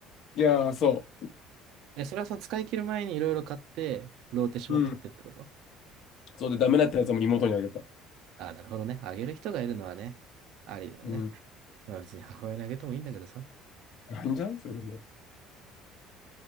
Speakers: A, on the left; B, on the right.
A: いやー、そ
B: え、それはその使い切る前にいろいろ買って、ローテしまくってってこと
A: う。うん。そうで、ダメだったやつも妹にあげた。
B: ああ、なるほどね。あげる人がいるのはね、ありだね。
A: うん。
B: まあ別に母親にあげてもいいんだけどさ。
A: いいんじゃないそれでも。